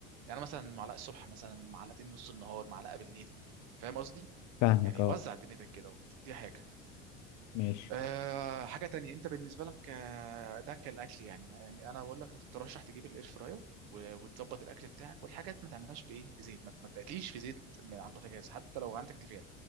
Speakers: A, on the right; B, on the left.
A: يعني مثلا معلقه الصبح مثلا معلقتين نص النهار معلقه بالليل فاهم قصدي
B: فاهمك
A: يعني
B: اه
A: وزع دنيتك كده دي حاجه
B: ماشي
A: أه حاجة تانية انت بالنسبة لك آه، ده كالأكل يعني يعني انا بقول لك ترشح تجيب الاير فراير و- وتظبط الاكل بتاعك والحاجات ما تعملهاش بايه بزيت ما ما تقليش في زيت من على البوتاجاز حتى لو عندك تيفال